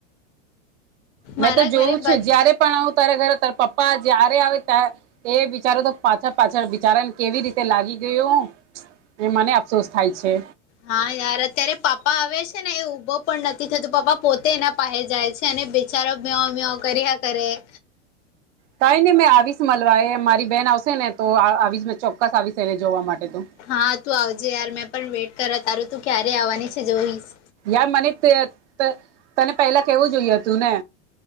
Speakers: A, on the right; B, on the left.
A: મેં
B: મારા
A: તો જોઉું
B: ઘરે
A: છું
B: બધ
A: જય્યારે પણ આવ ત ઘરે તાર પપ્પા જયારે આવે ત એ બિચારો તો પાછા પાછળ બિચારા ને કેવી રીતે લાગી. ગયો એ મને અફસોસ થાય છે.
B: હા યાર અત્યારે પાપા આવે છે ને એ ઉભો. પણ નથી થતું પપા પોતે એના પાસે જાય છે અને ચારો મે્યા વ્યા કર્યા કરે <unintelligible>
A: કઈ નને મેં આવીશ મળવા મારી બેન આવશે ને તો આવી ચો ચોક્કસ આવી છેને જોવા માટે તો.
B: હા તું આવજે યાર મેં પણ વેટ કરા તારું તું ક્યારે આવવાની છે જોઈશ
A: ાર મનેથી <unintelligible> તને પહેલા કેવું જોય હતું ને.